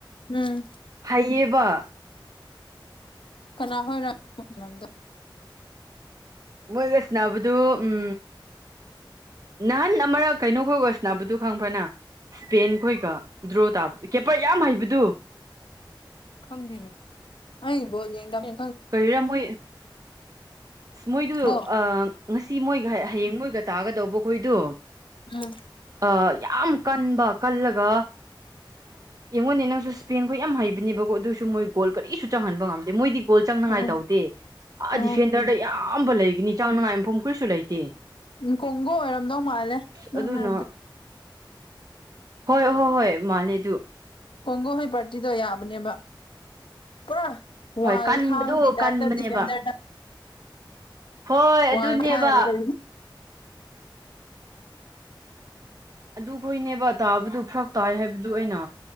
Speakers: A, on the left (about 80°); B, on the right (about 45°).
A: ꯎꯝ
B: ꯍꯩꯌꯦꯕ
A: ꯀꯅꯥ ꯍꯣꯏꯔ ꯂꯝꯗꯣ
B: ꯃꯣꯏꯒ ꯁꯅꯕꯗꯨ ꯎꯝ ꯅꯍꯥꯟ ꯑꯃꯔꯛ ꯀꯩꯅꯣꯈꯣꯏꯒ ꯁꯥꯟꯅꯕꯗꯨ ꯈꯪꯕ꯭ꯔ ꯅꯪ ꯏꯁꯄꯦꯟ ꯈꯣꯏꯒ ꯗ꯭ꯔꯣ ꯇꯥꯕ ꯀꯦꯄꯔ ꯌꯥꯝ ꯍꯩꯕꯗꯨ
A: ꯈꯪꯗꯦꯅꯦ ꯑꯩ ꯕꯣꯜ ꯌꯦꯡꯗꯝꯅꯤ
B: ꯀꯔꯤꯌꯔ ꯃꯣꯏ ꯃꯣꯏꯗꯨ
A: ꯑꯣ
B: ꯑꯥ ꯉꯁꯤ ꯃꯣꯏꯒ ꯍꯌꯦꯡ ꯃꯣꯏꯒ ꯇꯥꯒꯗꯧꯕ ꯈꯣꯏꯗꯣ
A: ꯎꯝ
B: ꯑ ꯌꯥꯝ ꯀꯟꯕ ꯀꯜꯂꯒ ꯌꯦꯡꯉꯣꯟꯅꯦ ꯅꯪꯁꯨ ꯁ꯭ꯄꯦꯟꯈ ꯌꯥꯝ ꯍꯩꯕꯅꯦꯕꯀꯣ ꯑꯗꯨꯁꯨ ꯃꯣꯏ ꯒꯣꯜ ꯀꯔꯤꯁꯨ ꯆꯪꯍꯟꯕ ꯉꯝꯗꯦ ꯃꯣꯏꯗꯤ ꯒꯣꯜ ꯆꯪꯅꯉꯥꯏ
A: ꯎꯝ
B: ꯇꯧꯗꯦ ꯑ
A: ꯑꯣ
B: ꯗꯤꯐꯦꯟꯗꯔꯗ ꯑꯌꯥꯝꯕ ꯂꯩꯒꯅꯤ ꯆꯪꯅꯉꯥꯏ ꯃꯐꯝ ꯀꯔꯤꯁꯨ ꯂꯩꯇꯦ
A: ꯀꯣꯡꯒ ꯑꯣꯏꯔꯝꯗꯧ ꯃꯥꯜꯂꯦ
B: ꯑꯁ
A: ꯅꯪ
B: ꯑꯗꯨꯅ
A: ꯍꯥꯏꯕꯗꯣ
B: ꯍꯣꯏ ꯍꯣꯏ ꯍꯣꯏ ꯃꯥꯅꯦ
A: ꯀꯣꯡꯒꯣ ꯍꯣꯏ ꯄꯥꯔꯇꯤꯗꯣ ꯌꯥꯕꯅꯦꯕ ꯄꯨꯔꯥ ꯋꯥꯜ
B: ꯍꯣꯏ ꯀꯟꯕꯗꯣ
A: ꯈꯥꯕꯒꯤ ꯇꯥꯏꯞꯇ
B: ꯀꯟꯕꯅꯦꯕ
A: ꯗꯤꯐꯦꯟꯗꯔꯗ
B: ꯍꯣꯏ
A: ꯀꯉꯜ
B: ꯑꯗꯨꯅꯦꯕ
A: ꯈꯥ ꯀ
B: ꯑꯗꯨꯈꯣꯏꯅꯦꯕ ꯇꯥꯕꯗꯨ ꯐꯔꯛ ꯇꯥꯏ ꯍꯥꯏꯕꯗꯨ ꯑꯩꯅ